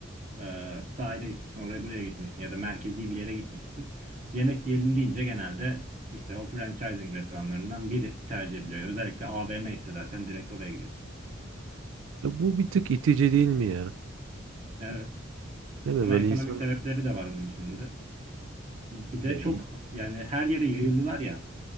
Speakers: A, on the right; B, on the right.
A: Ee, sahile gitmişsin, oraya buraya gitmişsin ya da merkezi bir yere gitmişsin. Yemek yiyelim deyince genelde işte o franchising restoranlarından biri tercih ediliyor. Özellikle AVM ise zaten direkt oraya gidiyorsun.
B: Ya bu bir tık itici değil mi ya?
A: Evet.
B: Değil mi?
A: Ama
B: Böyle
A: ekonomik
B: insan
A: sebepleri de var bunun şimdi. Bir de
B: ya
A: çok
B: iyi.
A: yani her yere yayıldılar ya.